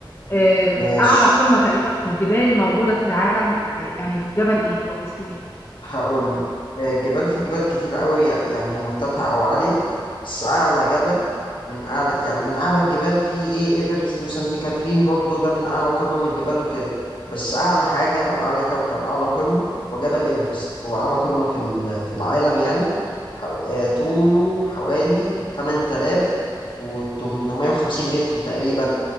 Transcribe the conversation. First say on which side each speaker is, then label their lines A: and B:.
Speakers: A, on the left; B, on the left.
A: آه،
B: ماشي
A: أعلى قمة تقريبا في الجبال موجودة في العالم آه، يعني في جبل إيه أو اسمه إيه؟
B: هقول لك الجبال في جبال كتير قوي يعني مرتفعة أو عالية بس أعلى جبل من أعلى يعني من أعلى الجبال في إيه إيفرست وسانت كاترين برضو ده من أعلى قمم من الجبال وكده بس أعلى حاجة أو أعلى كوكب أعلى قمة هو جبل إيفرست هو أعلى قمة في ال- في العالم يعني حو- آه، طوله حوالي 8850 متر تقريبا